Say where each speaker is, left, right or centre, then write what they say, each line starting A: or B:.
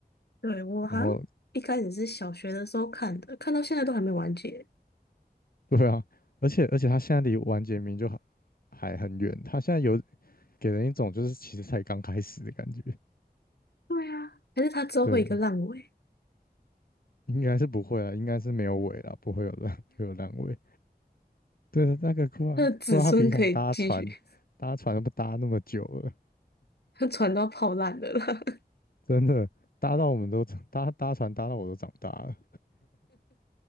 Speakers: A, on the left; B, on the left.
A: 对，我好像一开始是小学的时候看的，
B: 然后
A: 看到现在都还没完结。
B: 对啊，而且而且他现在离完结名就好还很远，他现在有给人一种就是其实才刚开始的感觉。
A: 对啊，还是他之后会有一个烂尾，
B: 对，应该是不会啦，应该是没有尾啦，不会有烂 <laughs> 不会有烂尾。对，那个库拉库拉皮卡搭船搭船都不搭那么久了，
A: 他的子孙可以继续，他船都要泡烂的了啦。<laughs>
B: 真的搭到我们都搭搭船搭到我都长大了，